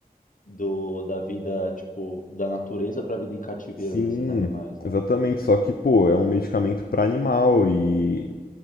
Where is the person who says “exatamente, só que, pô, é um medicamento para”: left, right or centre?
Left